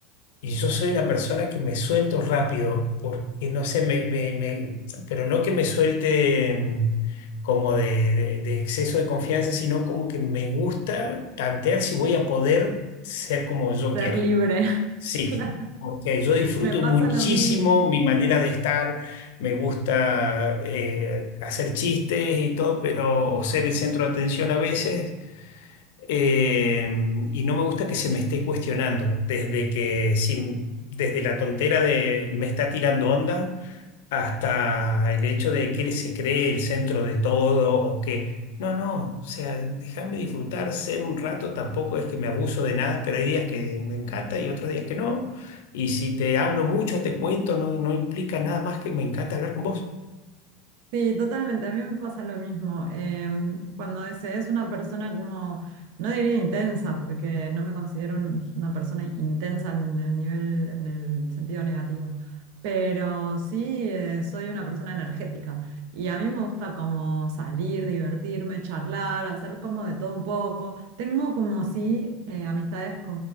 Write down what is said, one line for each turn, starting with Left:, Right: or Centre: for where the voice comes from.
Left: Y yo soy una persona que me suelto rápido, porque no sé, me, me- me- pero no que me suelte mm, como de, de de exceso de confianza, sino como que me gusta tantear si voy a poder ser como yo
Right: Ser
Left: quiero.
Right: libre, <laughs>
Left: Sí,
Right: claro,
Left: porque yo disfruto
Right: me pasa
Left: muchísimo
Right: lo mismo.
Left: mi manera de estar, me gusta eh, hacer chistes y todo, pero o ser el centro de atención a veces, eh, y no me gusta que se me esté cuestionando, desde que si- desde la tontera de me está tirando onda hasta el hecho de que él se cree el centro de todo o que, no, no, o sea, déjame disfrutar, ser un rato, tampoco es que me abuso de nada, pero hay días que me encanta y otros días que no. Y si te hablo mucho, te cuento, no, no implica nada más que me encanta hablar con vos.
Right: Sí, totalmente. A mí me pasa lo mismo. Em, cuando se es una persona como, no diría intensa, porque no me considero un- una persona intensa en el nivel, en el sentido negativo, pero sí eh, soy una persona energética y a mí me gusta como salir, divertirme, charlar, hacer como de todo un poco. Tengo como sí eh, amistades